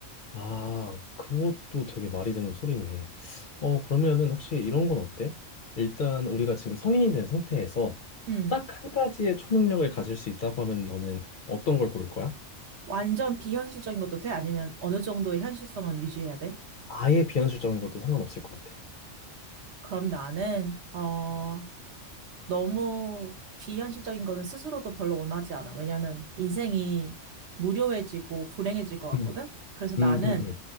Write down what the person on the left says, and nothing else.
아, 그것도 되게 말이 되는 소리네. 어, 그러면은 혹시 이런 건 어때? 일단 우리가 지금 성인이 된 상태에서
딱 한 가지의 초능력을 가질 수 있다고 하면 너는 어떤 걸 고를 거야?
아예 비현실적인 것도 상관없을 것 같아.
음,
음,
음, 음.